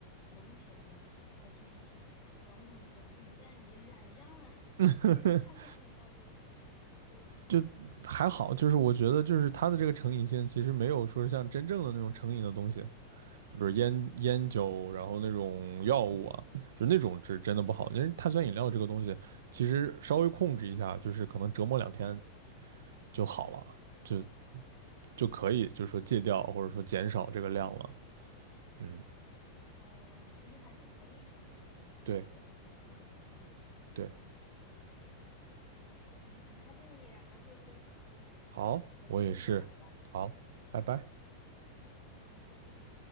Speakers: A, on the left; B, on the right.
A: 能行吗？还是就是 <tsk> 完全不行？就一旦你染上了 <laughs>
B: <laughs>
A: 这个碳酸饮料就就不行了。
B: 就还好，就是我觉得就是它的这个成瘾性其实没有说是像真正的那种成瘾的东西，就比如烟烟酒，
A: 嗯
B: 然后那种药物啊，就那种是真的不好。
A: 嗯，
B: 因为碳酸饮料这个东西，其实稍微控制一下，就是可能折磨两天就好了，就就可以就是说戒掉或者说减少这个量了。嗯，
A: 哦，其实还是可以控制的嘛，就在某种程度上来说，
B: 对
A: 嗯，
B: 对，
A: 了解了解，嗯，很开心和你聊这些，
B: 好，
A: 有机会再聊吧。
B: 我也是，好，
A: 嗯嗯
B: 拜拜。
A: 嗯，再见。